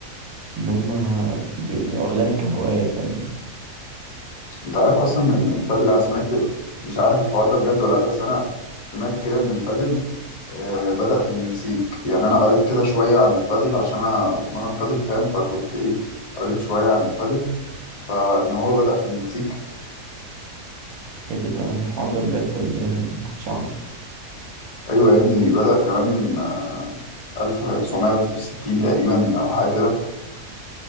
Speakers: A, on the right; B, on the left.
A: ان هما بي- واخدينها كهواية فاهمني
B: أنت عارف أصلا إن البادل أنا سمعت مش عارف الحوار ده بجد ولا لأ بس أنا سمعت كده إن البادل آه، بدأ في المكسيك يعني أنا قريت كده شوية عن البادل عشان أنا بتمرن بادل فاهم فكنت إيه قريت شوية عن البادل فإن هو بدأ في المكسيك
A: ايه ده ده الحوار ده بجد اللي انا ما كنتش اعرف
B: ايوه يا ابني بدأ كمان آه، 1960 تقريبا او حاجه كده